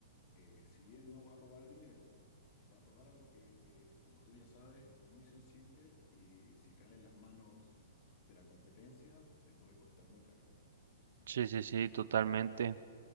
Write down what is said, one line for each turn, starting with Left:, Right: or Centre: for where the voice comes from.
Left: eh, si bien no va a robar dinero, va a robar algo que, eh, como tú ya sabes, es muy sensible y si cae en las manos de la competencia, te puede costar muy caro.
Right: Sí, sí, sí, totalmente.